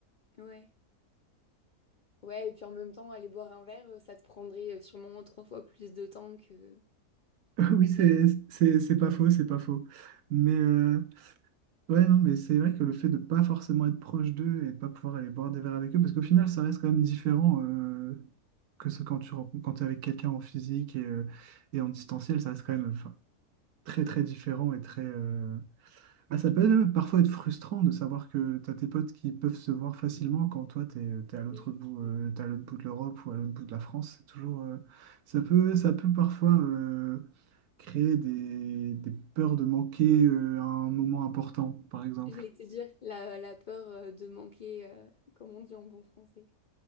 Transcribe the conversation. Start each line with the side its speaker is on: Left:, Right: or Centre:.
Left: Ouais. Ouais, et puis en même temps, aller boire un verre, euh, ça te prendrait euh, sûrement trois fois plus de temps que,
Right: Oui,
Left: que
Right: c'est,
Left: d'aller
Right: c'est, c'est pas
Left: Oui,
Right: faux, c'est pas faux. Mais euh, ouais, non, mais c'est vrai que le fait de pas forcément être proche d'eux et de pas pouvoir aller boire des verres avec eux, parce qu'au final, ça reste quand même différent euh, que ce quand tu rencontres, quand t'es avec quelqu'un en physique et, euh, et en distanciel, ça reste quand même. très
Left: mm.
Right: très différent et très. euh, Ah, ça peut même parfois être frustrant de savoir que tu as tes potes qui peuvent se voir facilement quand toi tu es, à l'autre
Left: Oui,
Right: bout, euh,
Left: oui.
Right: t'es à l'autre bout de l'Europe ou à l'autre bout de la France. C'est toujours, euh, ça peut, ça peut parfois euh, créer des, des peurs de manquer euh, un moment important, par exemple.
Left: J'allais te dire la, la peur euh, de manquer, euh, comme on dit en bon français.